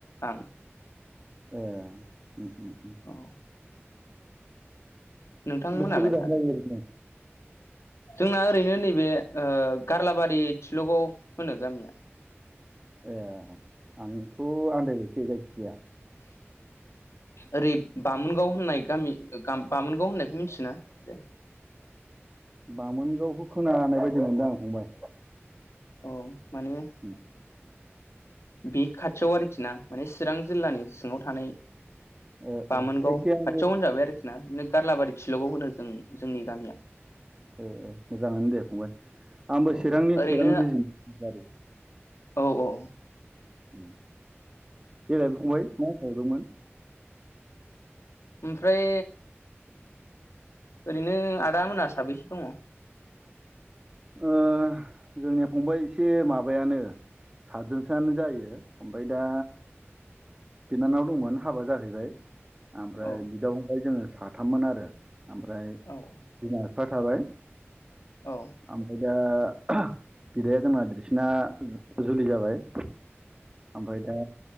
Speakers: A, on the left (about 75°); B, on the right (about 20°).
A: आं
B: ए उम उम उम
A: औ नोंथांमोनालाय
B: बिसोर द
A: आदा
B: <unintelligible>
A: जोंना ओरैनो नैबे ओ गारलाबारि थिलगाव होनो गामिया
B: ए आंथ' आन्दायबायसो जाय गाया
A: ओरै बामोनगाव होननाय गामि गा-गाम बामोनगाव होननायखौ मिथियोना दे?
B: बामोनगावखौ खोनानाय बायदि मोनदां आं फंबाय
A: औ माने
B: उम
A: बे खाथियाव आरोखि ना माने चिरां जिल्लानि सिङाव थानाय
B: ओ
A: बामोनगाव
B: ओ एखे
A: खाथियाव
B: आं
A: होनजाबाय आरोखि ना नो गारलाबारि थिलगाव होनो जों नि गामिया
B: ए ए मोजाङानो दे फंबाय आंबो
A: औ
B: चिरांनि
A: ओरैनो
B: चिरां बिजि दारि
A: औ औ
B: अम देलाय फंबाय मा सोदोंमोन?
A: ओमफ्राय ओरैनो आदा मोना साबैसे दङ?
B: ओ जोंनिया फंबाय एसे माबायानो सातजोनसोआनो जायो ओमफ्राय दा बिनानाव दंमोन हाबा जाहैबाय ओमफ्राय
A: औ
B: बिदा फंबाय जोङो साथाममोन आरो ओमफ्राय बिमा
A: औ
B: बिफा थाबाय
A: औ
B: ओमफ्राय दा बिदाया जोंना देरसिना जुलि जाबाय आमफ्राय दा